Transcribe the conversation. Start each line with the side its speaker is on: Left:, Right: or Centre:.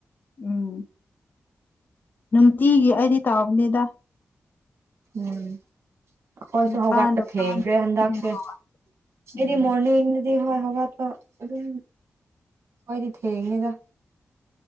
Left: ꯎꯝ ꯅꯨꯡꯇꯤꯒꯤ ꯑꯩꯗꯤ ꯇꯥꯕꯅꯤꯗ
Right: ꯎꯝ ꯑꯈꯣꯏꯁꯨ
Left: ꯅꯤꯄꯥꯜ
Right: ꯍꯧꯒꯠꯄ
Left: ꯅꯤꯄꯥꯜꯗ
Right: ꯊꯦꯡꯈ꯭ꯔꯦ ꯍꯟꯗꯛꯁꯦ
Left: ꯑꯗꯨꯝ ꯎꯝ
Right: ꯑꯩꯗꯤ ꯃꯣꯔꯅꯤꯡ ꯊꯦꯡꯉꯦ ꯍꯧꯒꯠꯄ ꯑꯗꯨꯝ ꯑꯈꯣꯏꯗꯤ ꯊꯦꯡꯉꯦꯗ